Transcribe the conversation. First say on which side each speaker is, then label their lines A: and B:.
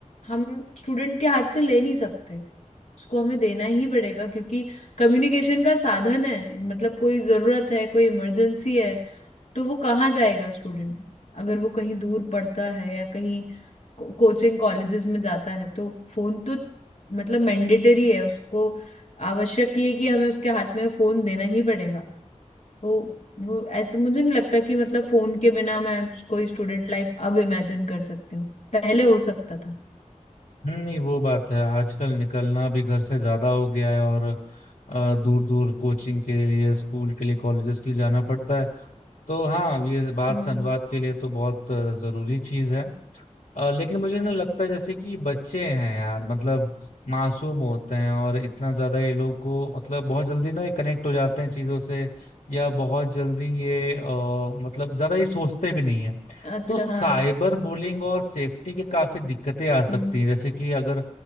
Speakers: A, on the left; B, on the left.
A: हम स्टूडेंट के हाथ से ले नहीं सकते उसको हमें देना ही पड़ेगा क्योंकि कम्युनिकेशन का साधन है मतलब कोई जरूरत है कोई इमरजेंसी है तो वो कहाँ जाएगा स्टूडेंट अगर वो कहीं दूर पढ़ता है या कहीं को, कोचिंग कॉलेजेस में जाता है तो फोन तो मतलब मैंडेटरी है उसको आवश्यक ये है कि हमें उसके हाथ में फोन देना ही पड़ेगा तो वो ऐसा मुझे नहीं लगता कि मतलब फोन के बिना मैं कोई स्टूडेंट लाइफ अब इमेजिन कर सकती हूँ पहले हो सकता था
B: हम्म नहीं, वो बात है आजकल निकलना भी घर से ज्यादा हो गया है और दूर दूर कोचिंग के लिए स्कूल के लिए कॉलेजेस के लिए जाना पड़ता है तो हाँ ये बात
A: हम्म
B: संवाद के लिए तो बहुत अ, जरूरी चीज है अ, लेकिन मुझे ना लगता है जैसे कि बच्चे हैं यार मतलब मासूम होते हैं और इतना ज्यादा ये लोग को मतलब बहुत जल्दी ना ये कनेक्ट हो जाते हैं चीजों से या बहुत जल्दी ये अ, मतलब ज्यादा ये सोचते भी नहीं है
A: अच्छा
B: तो साइबर
A: हाँ
B: बुलिंग और सेफ्टी के काफी दिक्कतें आ सकती
A: हम्म
B: हैं जैसे कि अगर